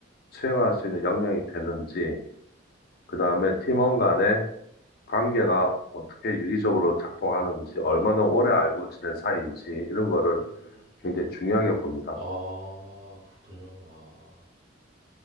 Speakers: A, on the left; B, on the right.
A: 수행할 수 있는 역량이 되는지, 그 다음에 팀원 간의 관계가 어떻게 유기적으로 작동하는지, 얼마나 오래 알고 지낸 사이인지 이런 거를
B: 음,
A: 굉장히
B: 음.
A: 중요하게 봅니다.
B: 아, 그렇군요. 아.